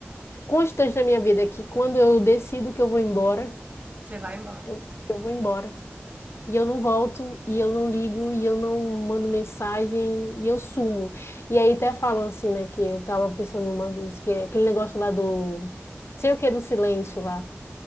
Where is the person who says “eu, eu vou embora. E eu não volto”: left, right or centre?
Left